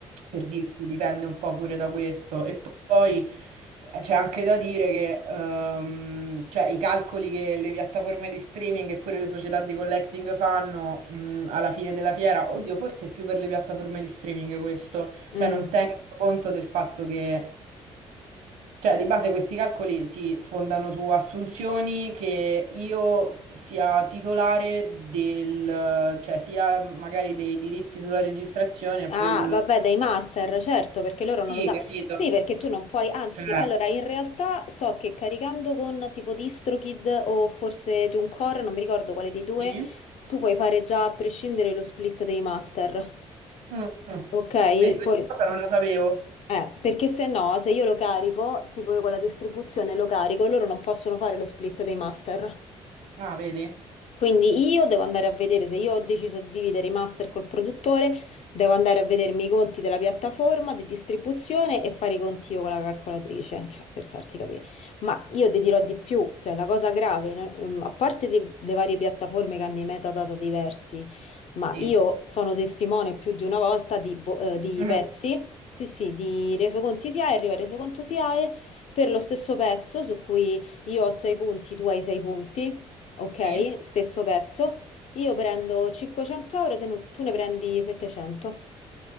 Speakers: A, on the right; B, on the left.
A: per dirti, dipende un po' pure da questo. E poi c'è anche da dire che ehm, cioè, i calcoli che le piattaforme di streaming e pure le società di collecting fanno mh, alla fine della fiera, oddio, forse è più per le piattaforme di streaming questo,
B: Mm.
A: cioè non tengono conto del fatto che, cioè di base questi calcoli si fondano su assunzioni che io sia titolare del, cioè sia magari dei diritti sulla registrazione oppure
B: Ah,
A: sul...
B: vabbè, dai master, certo, perché loro non
A: Sì,
B: lo sa.
A: capito?
B: Sì, perché tu non puoi, anzi,
A: Cioè,
B: allora, in realtà so che caricando con tipo DistroKid o forse TuneCore, non mi ricordo quale dei due,
A: sì.
B: tu puoi fare già a prescindere lo split dei master,
A: Mm.
B: ok?
A: Vedi, questa
B: Poi...
A: cosa non la sapevo.
B: Eh, perché se no, se io lo carico, tipo io con la distribuzione lo carico, loro non possono fare lo split dei master.
A: Ah, vedi?
B: Quindi io devo andare a vedere se io ho deciso di dividere i master col produttore, devo andare a vedermi i conti della piattaforma di distribuzione e fare i conti io con la calcolatrice, cioè per farti capire. Ma io ti dirò di più, cioè la cosa grave, no? Ehm, a parte le, le varie piattaforme che hanno i metadata diversi, ma
A: Sì.
B: io sono testimone più di una volta di, bo- eh, di
A: Mhm.
B: pezzi, sì sì, di resoconti SIAE, arriva il resoconto SIAE per lo stesso pezzo su cui io ho 6 punti, tu hai 6 punti ok?
A: Sì.
B: Stesso pezzo. Io prendo 500 euro, te ne- tu ne prendi 700.